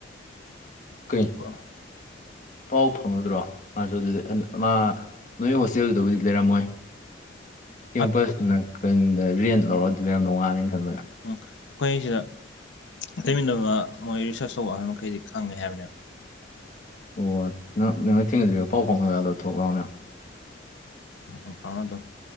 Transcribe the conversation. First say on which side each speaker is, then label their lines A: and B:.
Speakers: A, on the left; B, on the left.
A: ꯀꯩ
B: ꯍ <unintelligible>
A: ꯄꯥꯎ ꯐꯪꯉꯗ꯭ꯔꯣ ꯃꯥꯁꯨ ꯑꯗꯨꯗꯤ ꯃꯥ ꯅꯣꯏ ꯍꯣꯁꯇꯦꯜꯗꯨꯗꯕꯨꯗꯤ ꯂꯩꯔꯝꯃꯣꯏ ꯀꯦꯝꯄꯁꯅ
B: ꯑꯇꯣꯞꯄ
A: ꯀꯗ ꯔꯦꯟꯠ ꯂꯧꯔꯒꯗꯤ ꯂꯩꯔꯝꯗ ꯋꯥꯂꯦꯅ ꯈꯟꯕ꯭ꯔꯥ
B: ꯎ ꯑꯩꯈꯣꯏ ꯁꯤꯗ ꯂꯩꯃꯤꯟꯅꯕ ꯃꯣꯏ ꯔꯤꯁꯔꯁ ꯇꯧꯕ ꯑꯍꯜ ꯃꯈꯩꯗꯤ ꯈꯪꯉꯦ ꯍꯥꯏꯕꯅꯦꯕ
A: ꯑꯣ ꯅꯪ ꯅꯪꯅ ꯊꯦꯡꯅꯗ꯭ꯔꯤꯕ ꯄꯥꯎ ꯐꯥꯎꯅꯗꯣ ꯊꯣꯛ ꯂꯎꯅꯦ
B: ꯎ ꯐꯥꯎꯅ ꯑꯗꯨꯝ